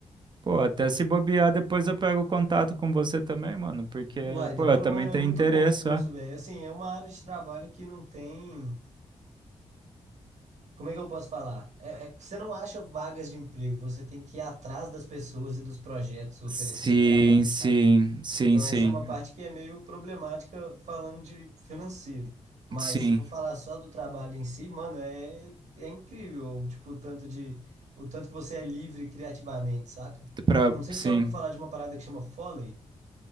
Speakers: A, on the right; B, on the right.
A: Pô, até se bobear, depois eu pego contato com você também, mano, porque,
B: Vai, demora
A: pô, eu também
B: humano
A: tenho
B: é muito
A: interesse,
B: bom o curso,
A: ó.
B: velho. Assim, é uma área de trabalho que não tem. Como é que eu posso falar? É- é- você não acha vagas de emprego, você tem que ir atrás das pessoas e dos projetos oferecer
A: Sim,
B: seu trabalho,
A: sim,
B: saca?
A: sim,
B: Então,
A: sim,
B: essa é uma parte que é meio problemática falando de financeiro. Mas
A: sim,
B: se for falar só do trabalho em si, mano, é, é incrível, tipo, o tanto de, o tanto que você é livre criativamente, saca?
A: pra,
B: Eu não sei
A: sim,
B: se você já ouviu falar de uma parada que chama Foley.